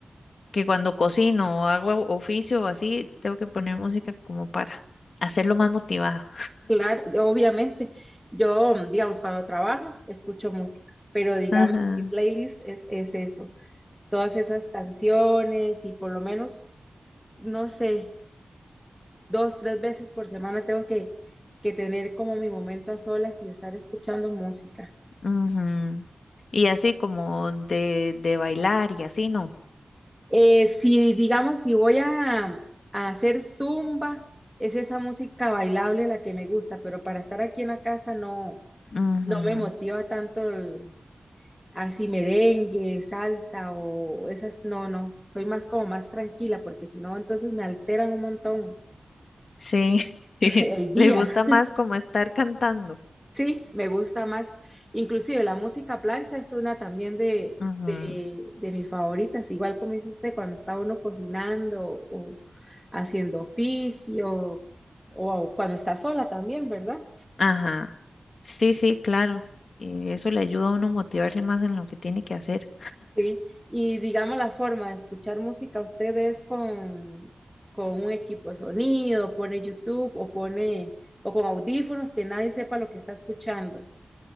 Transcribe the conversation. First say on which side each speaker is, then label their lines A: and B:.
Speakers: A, on the left; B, in the centre.
A: que cuando cocino o hago oficio o así, tengo que poner música como para hacerlo más motivada.
B: Claro, obviamente, yo, digamos, cuando trabajo, escucho música, pero digamos,
A: Ajá.
B: mi playlist es, es eso, todas esas canciones y por lo menos, no sé, dos, tres veces por semana tengo que, que tener como mi momento a solas y estar escuchando música.
A: Ujú. Y así como de, de bailar y así, ¿no?
B: Eh, si, digamos, si voy a, a hacer zumba, es esa música bailable la que me gusta, pero para estar aquí en la casa no,
A: Ujú.
B: no me motiva tanto el- así merengue, salsa o esas, no, no, soy más como más tranquila porque si no, entonces me alteran un montón
A: Sí, <laughs> sí.
B: <laughs> el día.
A: Le gusta más como estar cantando.
B: Sí, me gusta más. Inclusive la música plancha es una también de,
A: Ujú.
B: de, de mis favoritas, igual como dice usted, cuando está uno cocinando o haciendo oficio o cuando está sola también, ¿verdad?
A: Ajá. Sí, sí, claro. Y eso le ayuda a uno motivarse más en lo que tiene que hacer.
B: Sí. Y digamos la forma de escuchar música, usted es con, con un equipo de sonido, pone YouTube o pone o con audífonos que nadie sepa lo que está escuchando.